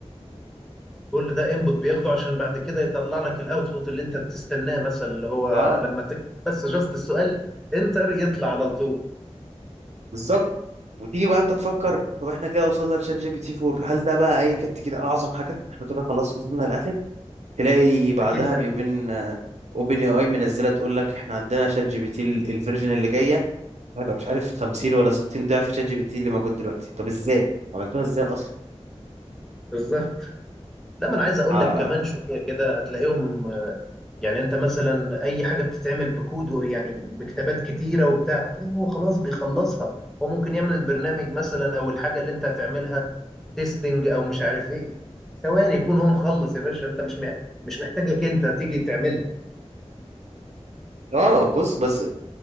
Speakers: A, in the centre; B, on the right.
A: كل ده انبوت بياخده عشان بعد كده يطلع لك الاوتبوت اللي انت بتستناه مثلا اللي هو
B: اه
A: لما تكتب بس جاست السؤال انتر يطلع على طول
B: بالظبط وتيجي بقى أنت تفكر طب إحنا كده وصلنا لشات جي بي تي 4 هل ده بقى إيه كنت كده أعظم حاجة إحنا كده خلاص وصلنا للآخر تلاقي بعدها
A: اكيد لا
B: بيومين اوبن اي اي منزله تقول لك احنا عندنا شات جي بي تي ال- الفيرجن اللي جايه هيبقى مش عارف 50 ولا 60 ضعف شات جي بي تي اللي موجود دلوقتي طب ازاي عملتوها ازاي اصلا
A: بالظبط لا ما انا عايز اقول
B: اه
A: لك كمان شويه كده هتلاقيهم آه، يعني انت مثلا اي حاجه بتتعمل بكود و- يعني بكتابات كتيره وبتاع هتلاقيه هو خلاص بيخلصها هو ممكن يعمل البرنامج مثلا او الحاجه اللي انت هتعملها تيستنج او مش عارف ايه ثواني يكون هو مخلص يا باشا انت مش مح- مش محتاجك انت تيجي تعملها
B: آه، بص بس